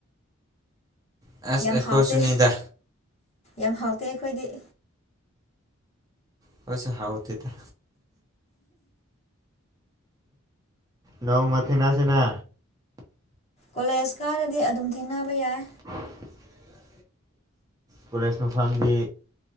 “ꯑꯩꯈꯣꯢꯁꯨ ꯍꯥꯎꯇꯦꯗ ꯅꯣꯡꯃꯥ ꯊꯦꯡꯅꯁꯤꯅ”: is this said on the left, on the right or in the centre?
Right